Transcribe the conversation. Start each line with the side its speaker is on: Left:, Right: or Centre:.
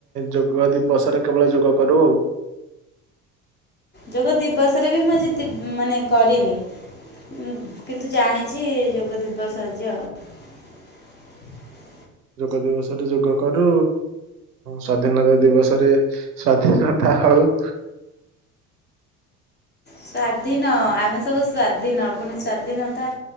Right: ଯୋଗ ଦିବସରେ କେବଳ ଯୋଗ କରୁ ଆଉ।
Left: ଯୋଗ ଦିବସ ରେ ବି, ମୁଁ ଆଜି ଦିବ ମାନେ କରିନି। ଉଁ, କିନ୍ତୁ ଜାଣିଛି ଯୋଗ ଦିବସ ଆଜି ଆଉ। <unintelligible>
Right: ଯୋଗ ଦିବସରେ ଯୋଗ କରୁ, ସ୍ଵାଧୀନତା ଦିବସରେ ସ୍ୱାଧୀନତା ହଉ
Left: ସ୍ଵାଧୀନ, ଆମେ ସବୁ ସ୍ଵାଧିନ, ପୁଣି ସ୍ଵାଧୀନତା